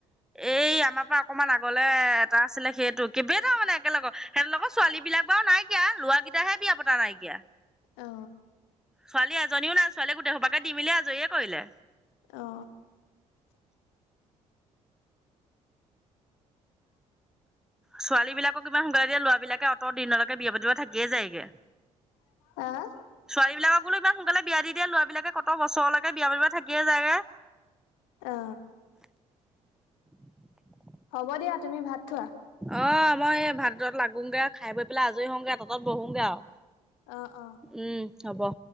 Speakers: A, in the centre; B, on the left (about 75°).
A: এই আমাৰ পৰা অকণমান আগলে এটা আছিলে সেইটো কিবেইটা মানে একেলগে সিহঁত লগৰ ছোৱালী বিলাক বাৰু নাইকিয়া লৰা কেইটাহে বিয়া পতা নাইকিয়া
B: অ
A: ছোৱালী এজনীও নাই ছোৱালীয়ে গোটেই সোপাকে দি মেলি আজৰিয়ে কৰিলে
B: অ
A: ছোৱালী বিলাকক কিমান সোনকালে দিয়ে লৰাবালাকে অত দিনলৈকে বিয়া পতিব থাকিয়ে যায়গে
B: <unintelligible>
A: <unintelligible> বিলাকক বোলো ইমান সোনকালে বিয়া দি দিয়ে লৰাবিলাকে কত বছৰলৈকে বিয়া পাতিব থাকিয়ে যায়
B: অ
A: <inaudible>
B: হ'ব দিয়া তুমি ভাত খোৱা
A: অ মই এই ভাত লাগোগে খাই বৈ পেলাই আজৰি হওঁগে তাতঁত বহোগৈ আৰু
B: অ অ
A: উম হ'ব